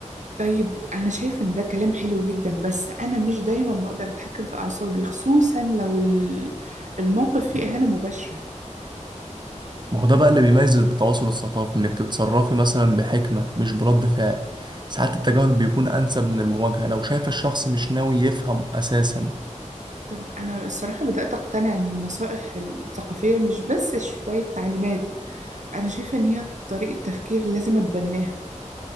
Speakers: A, on the right; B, on the right.
A: طيب أنا شايفة إن ده كلام حلو جدا بس أنا مش دايما بقدر أتحكم في أعصابي خصوصا لو ال- الموقف فيه إهانة مباشرة
B: ما هو ده بقى اللي بيميز التواصل الثقافي انك تتصرفي مثلا بحكمة مش برد فعل ساعات التجاهل بيكون انسب من المواجهة لو شايف الشخص مش ناوي يفهم اساسا
A: طب أنا الصراحة بدأت أقتنع إن النصائح الثقافية مش بس شوية تعليمات أنا شايفة إن هي طريقة تفكير لازم أتبناها